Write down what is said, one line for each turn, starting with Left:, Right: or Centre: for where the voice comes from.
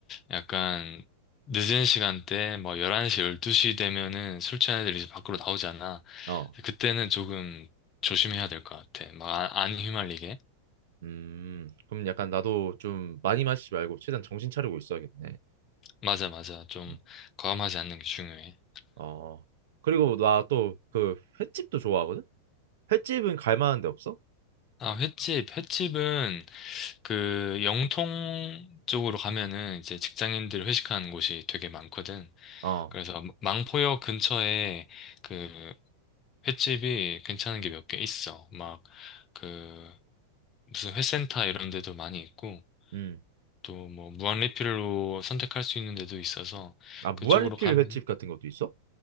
Left: 약간 늦은 시간대, 뭐 11시, 12시 되면은 술 취한 애들이 이제 밖으로 나오잖아.
Right: 어.
Left: 그때는 조금 조심해야 될 것 같아. 막 안, 안 휘말리게.
Right: 음, 그럼 약간 나도 좀 많이 마시지 말고 최대한 정신 차리고 있어야겠네.
Left: 맞아, 맞아. 좀
Right: 음,
Left: 과감하지 않는 게 중요해.
Right: 어. 그리고 나 또 그 횟집도 좋아하거든? 횟집은 갈 만한 데 없어?
Left: 아, 횟집. 횟집은 그 영통 쪽으로 가면은 이제 직장인들 회식하는 곳이 되게 많거든.
Right: 어.
Left: 그래서 망포역 근처에 그 횟집이 괜찮은 게 몇 개 있어. 막, 그, 무슨 회센터 이런 데도 많이 있고,
Right: 음.
Left: 또 뭐, 무한 리필로 선택할 수 있는 데도 있어서,
Right: 아, 무한리필
Left: 그쪽으로 가면,
Right: 횟집 같은 것도 있어?